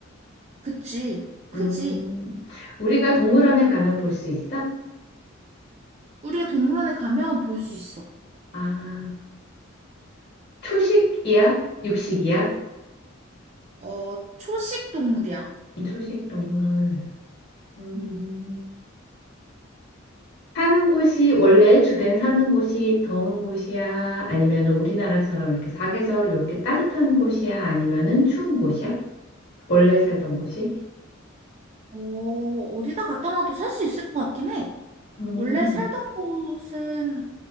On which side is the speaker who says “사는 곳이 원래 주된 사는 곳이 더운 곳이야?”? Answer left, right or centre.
Left